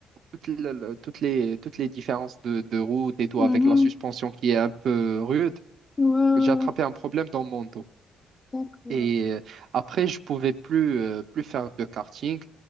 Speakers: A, on the right (about 65°); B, on the left (about 25°).
A: toutes, le- le- toutes les, toutes les différences de, de route et tout
B: Mhm.
A: avec la suspension qui est un peu rude.
B: Ouais, ouais,
A: J'ai attrapé un problème dans mon dos.
B: ouais. D'accord.
A: Et euh, après, je pouvais plus, euh, plus faire de karting.